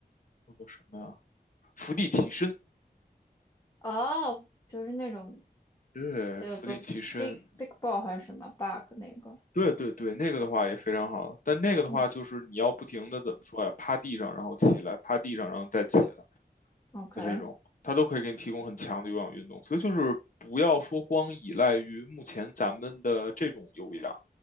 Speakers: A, on the left; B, on the left.
A: 叫做什么呀？伏地起身。
B: 哦，就是那种
A: 对，
B: 叫做
A: 伏地起身，
B: big big ball 还是什么 bug 那个。
A: 对对对，那个的话也非常好，但那个的话就是你要不停的怎么说呀，
B: 嗯。
A: 趴地上然后起来，趴地上然后再起来
B: OK，
A: 的这种，它都可以给你提供很强的有氧运动，所以就是不要说光依赖于目前咱们的这种有氧，